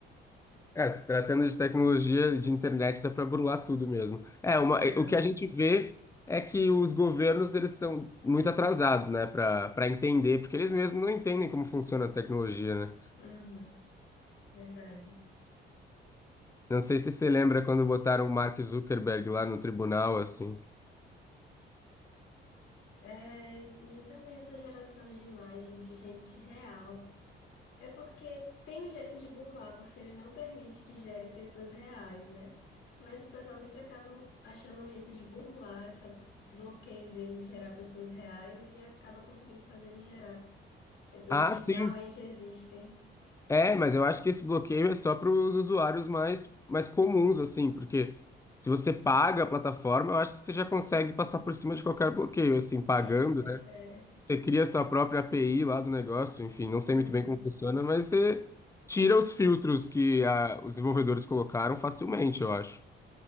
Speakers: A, on the left (about 15°); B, on the left (about 80°).
A: É, se tratando de tecnologia de internet, dá para burlar tudo mesmo. É, uma,
B: dá.
A: o que a gente vê é que os governos eles são muito atrasados, né, para para entender, porque eles mesmos não entendem como funciona a tecnologia, né?
B: Uhum, verdade.
A: Não sei se você lembra quando botaram o Mark Zuckerberg lá no tribunal, assim.
B: É, e também essa geração de imagens de gente real. É porque tem um jeito de burlar, porque ele não permite que gere pessoas reais, né? Mas o pessoal sempre acaba achando um jeito de burlar essa, esse bloqueio dele de gerar pessoas reais e acaba conseguindo fazer ele gerar pessoas
A: Ah,
B: que realmente
A: sim.
B: existem.
A: É, mas eu acho que esse bloqueio é só para os usuários mais, mais comuns, assim, porque se você paga a plataforma, eu acho que você já consegue passar por cima de qualquer bloqueio, assim, pagando,
B: Eita,
A: né?
B: sério.
A: Você cria sua própria API lá do negócio, enfim, não sei
B: Uhum.
A: muito bem como funciona, mas você tira os filtros que ah, os desenvolvedores colocaram facilmente, eu acho.